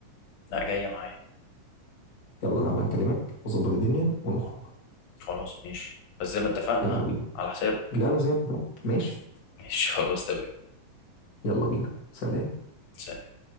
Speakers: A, on the left; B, on the left.
A: لا جاية معايا
B: يلا تعالى هكلمك واظبط الدنيا ونخرج
A: خلاص ماشي بس زي ما اتفقنا
B: يلا
A: ها
B: بينا
A: على حسابك
B: لا لا زي ما اتفقنا. ماشي
A: ماشي <laughs> خلاص تمام
B: يلا بينا سلام
A: سلام.